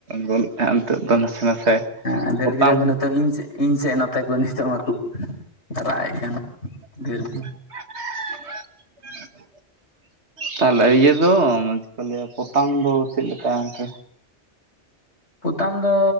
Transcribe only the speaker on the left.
ᱦᱮᱸ ᱫᱟᱹᱲ
ᱠᱮᱫᱟ ᱠᱚ ᱱᱤᱛᱚᱝ ᱤᱧ ᱥᱮ ᱤᱧ ᱥᱮᱫ ᱱᱚᱛᱮ ᱠᱚ ᱱᱤᱛᱚᱜ ᱢᱟᱠᱚ ᱨᱟᱜ ᱮᱫ ᱠᱟᱱ ᱰᱷᱮᱨ
ᱯᱚᱛᱟᱢ ᱫᱚ